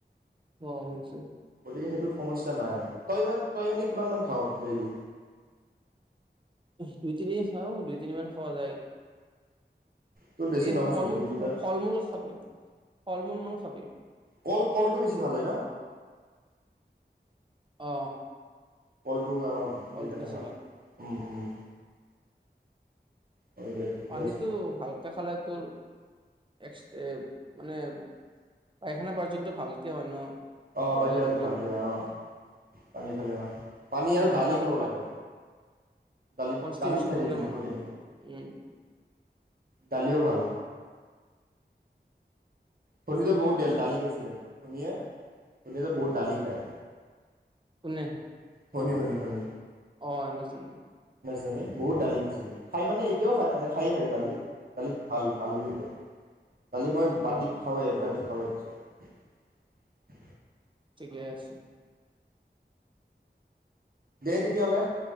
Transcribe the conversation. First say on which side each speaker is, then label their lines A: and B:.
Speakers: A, on the right (about 25°); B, on the right (about 55°).
A: অ হৈছে।
B: গতিকে সেইটোত সমস্যা নাই। তই কিমান তই মানে কিমানমান খাৱ ডেইলি?
A: দুই তিনি খাও দুই তিনিমান খোৱা যায়।
B: তোৰ বেছি
A: এই
B: নহয়চোন
A: ফল
B: দুই
A: মূল
B: লিটাৰ
A: ফল মূল খাবি ফল মূল মানে খাবি।
B: কল কলটো বেছি ভাল হয় ন।
A: অ।
B: কল টো আমাৰ
A: ফলটো
B: হেৰি কাৰণে
A: বেছি
B: ভাল। উম উম', হয় দে ঠিকে
A: পানীটো
B: আছে
A: ভালকে খালে তো এক্স এম <unintelligible> মানে, পায়খানা পৰ্যন্ত ভালকৈ হয় ন?
B: অ
A: নহ'লে
B: পায়খানাটো
A: প্ৰব্লেম
B: ভালকৈ
A: হয়
B: অ' পানী খালে অ' পানী আৰু
A: সেইটো
B: দাইল
A: এটা
B: খাব লাগে। দাইলত,
A: কনষ্টিটিউচন
B: দাইলত থাকে
A: প্ৰব্লেম
B: কিন্তু
A: হয়
B: প্ৰ'টিন।
A: নহ'লে বহুত উম
B: দাইলও ভাল। শনিতো
A: সেইটোৱে
B: বহুত দেল দাইল খাইছিলে। শনিয়ে শনিয়েটো বহুত দাইল খায়।
A: কোনে?
B: শনি, শনি, শনি।
A: অ <inaudible> উম।
B: জনীয়ে বহুত দাইল খাইছিলে। খায় মানে এতিয়াও খায় মানে খাইয়ে থাকে দাইল--দাইল ভাল, ভাল বুলি কয়। কালি মই বাতিত
A: উম
B: খাওঁয়েই, এক বাতি খাওঁয়েই <unintelligible>
A: ঠিকে আছোঁ।
B: দে তেতিয়াহ'লে